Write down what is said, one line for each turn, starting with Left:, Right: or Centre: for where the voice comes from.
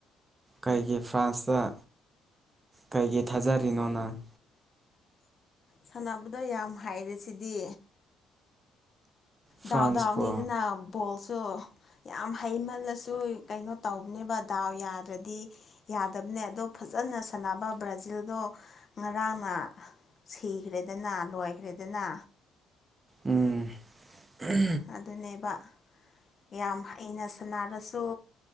Right: ꯀꯩꯒꯤ ꯐ꯭ꯔꯥꯟꯁꯇ ꯀꯩꯒꯤ ꯊꯥꯖꯔꯤꯅꯣꯅꯪ
Left: ꯁꯥꯟꯅꯕꯗ ꯌꯥꯝ ꯍꯥꯏꯔꯦꯁꯤꯗꯤ
Right: ꯐ꯭ꯔꯥꯟꯁꯄꯣ
Left: ꯗꯗꯥꯎꯗꯥꯎꯅꯦꯗꯤꯅꯣꯜ ꯁꯨ ꯌꯥꯝ ꯍꯩꯃꯜꯂꯁꯨ ꯀꯩꯅꯣ ꯇꯧꯕꯅꯦꯕ ꯗꯥꯎ ꯌꯥꯗ꯭ꯔꯗꯤ ꯌꯥꯗꯕ ꯅꯦ ꯑꯗꯣ ꯐꯖꯅ ꯁꯥꯟꯅꯕ ꯕ꯭ꯔꯥꯖꯤꯜꯗꯣ ꯉꯔꯥꯡꯅ ꯁꯤꯈ꯭ꯔꯦꯗꯅ ꯂꯣꯏꯈ꯭ꯔꯦꯗꯅ
Right: ꯎꯝ
Left: ꯑꯗꯨꯅꯦꯕ ꯌꯥꯝ ꯍꯩꯅ ꯁꯅꯔꯁꯨ